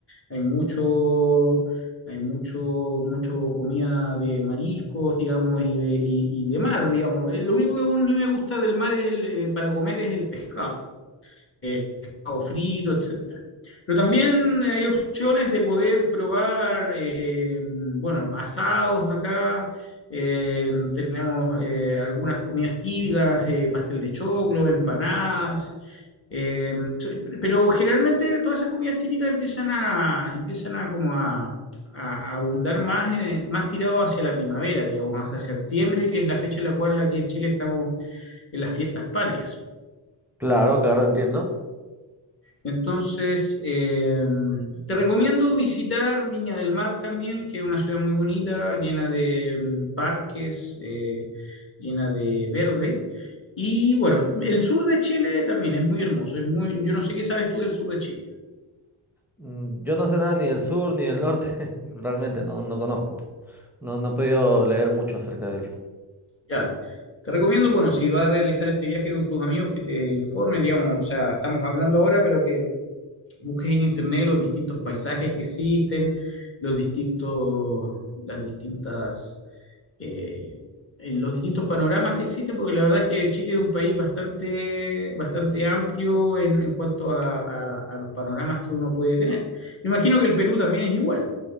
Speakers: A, on the left (about 25°); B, in the centre.
A: hay mucho, hay mucho, mucho comida de mariscos, digamos, y de, y- y de mar, digamos. Eh, Lo único que a mí me gusta del mar es el, eh, para comer es el pescado eh, pescado frito, etcétera. Pero también hay opciones de poder probar, eh, bueno, asados acá. eh, tenemos eh, algunas comidas típicas, eh, pastel de choclo, empanadas. eh, so- pero generalmente todas esas comidas típicas empiezan a, empiezan a como a, a- a abundar más, eh, más tirado hacia la primavera, digamos, más hacia septiembre, que es la fecha en la cual aquí en Chile estamos en las fiestas patrias.
B: Claro, claro, entiendo.
A: Entonces, eh, te recomiendo visitar Viña del Mar también, que es una ciudad muy bonita, llena de mm, parques, eh, llena de verde. Y bueno, el sur de Chile también es muy hermoso. Es muy, yo no sé qué sabes tú del sur de Chile.
B: Mm, Yo no sé nada ni del sur ni del norte, <laughs> realmente no, no conozco. No, no he podido leer mucho acerca de él.
A: Ya. Te recomiendo, bueno, si vas a realizar este viaje con tus amigos, que te informen, digamos, o sea, estamos hablando ahora, pero que Busques en internet los distintos paisajes que existen, los distintos, las distintas, eh, en los distintos panoramas que existen, porque la verdad es que Chile es un país bastante, bastante amplio en, en cuanto a, a- a los panoramas que uno puede tener. Me imagino que el Perú también es igual,